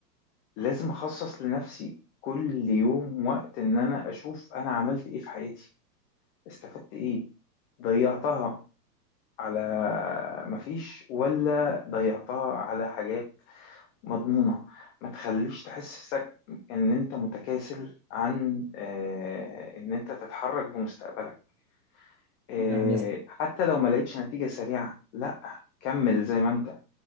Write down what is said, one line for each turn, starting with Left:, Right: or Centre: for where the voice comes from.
Left: لازم اخصص لنفسي كل يوم وقت ان انا اشوف انا عملت ايه في حياتي استفدت ايه ضيعتها على مفيش ولا ضيعتها على حاجات مضمونة ما تخليش تحسسك إن أنت متكاسل عن آه، إن أنت تتحرك بمستقبلك آه،
Right: نعم يا صاحبي.
Left: حتى لو ما لقيتش نتيجة سريعة لأ كمل زي ما أنت